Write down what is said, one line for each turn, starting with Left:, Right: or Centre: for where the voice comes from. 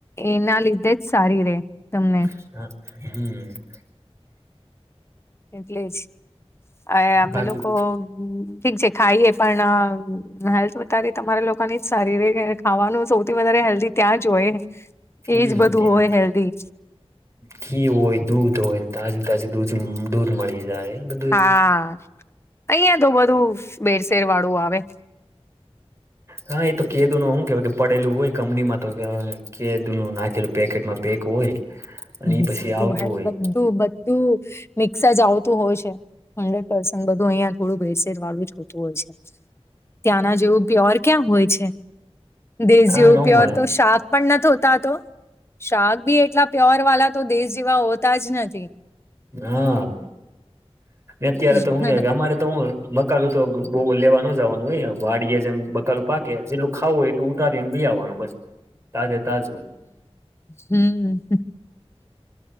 Left: એના લીધે જ સારી રે. તમને
Right: હ, હમ.
Left: એટલે જ અમે
Right: બાકી
Left: લોકો ઠીક છે, ખાઈએ પણ હેલ્થ વધારી તમારા લોકોની જ શારીરિક ખાવાનું સૌ. વધારે હેલ્ધી ત્યાં જ હોય,
Right: હમ
Left: એજ બધું
Right: ત્યાં
Left: હોય હેલ્ધી.
Right: ઘી હોય, દૂધ હોય, તાજુ તાજું દૂધ દૂધ મળી જાય. બધું
Left: હા, અહિયાં તો બધું બેરસેર વાળું આવે.
Right: હા, એ તો કેદોનુ, હુ કેવા કે પડેલું હોય, કંપનીમાં તો કે કેદીનું નાખેલું પેકેટમાં પેક હોય. અને
Left: હ,
Right: એ પછી
Left: બધું.
Right: આવતું
Left: હ,
Right: હોય
Left: બધું બધું મિક્સર જ આવતું હોય છે. હંડ્રેડ પસેન્ટ બધું અહિયાં થોડું ભેરસેર વાળું જ હોતું હોય છે. ત્યાંના જેવું પ્યોર ક્યાં હોય છે, દેશ
Right: હા
Left: જેવું
Right: ન
Left: પ્યોર
Right: મળે
Left: તો શાક. પણ ન થતા તો, શાક બી એટલા પ્યોર વાળ તો દેશ જેવા હોતા જ નથી.
Right: હા, અત્યારે
Left: નથી
Right: તો શું કે, કે અમારે મકાલુ તો બહુ લેવા ન જવાનું હોય, વાડીયે જેમ બકાલું પાકે જે. ખાવું એટલ લે, ઉતારીને લી આવવાનું બસ, તાજે તાજું.
Left: હમ.